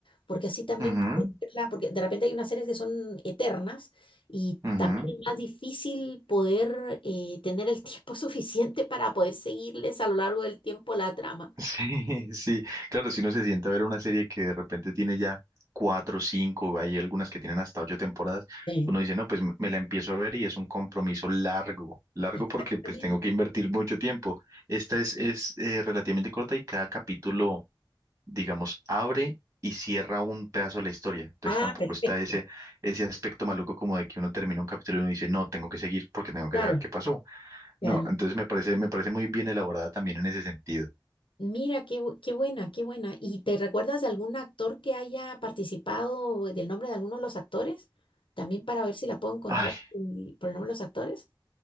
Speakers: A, on the left (about 80°); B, on the right (about 30°).
A: porque así también
B: Ujú,
A: puedo verla, porque de repente hay unas series que son eternas y
B: ujú.
A: también es más difícil poder eh, tener el <laughs> tiempo suficiente para poder seguirles a lo largo del tiempo la trama.
B: <laughs> Sí, sí, claro, si uno se sienta a ver una serie que de repente tiene ya cuatro, cinco, hay algunas que tienen hasta ocho temporadas,
A: Sí,
B: uno dice, no, pues me me la empiezo a ver y es un compromiso largo, largo
A: exactamente.
B: porque pues tengo que invertir mucho tiempo. Esta es, es eh, relativamente corta y cada capítulo, digamos, abre y cierra un pedazo de la historia. Entonces
A: Ah,
B: tampoco
A: perfecto.
B: está ese, ese aspecto maluco como de que uno termina un capítulo y uno dice, no, tengo que seguir porque tengo que
A: Claro,
B: saber qué pasó.
A: claro.
B: No, entonces me parece, me parece muy bien elaborada también en ese sentido.
A: Mira, qué, bu- qué buena, qué buena. ¿Y te recuerdas de algún actor que haya participado, del nombre de alguno de los actores? También para ver si la puedo encontrar
B: Ay,
A: por el por el nombre de los actores.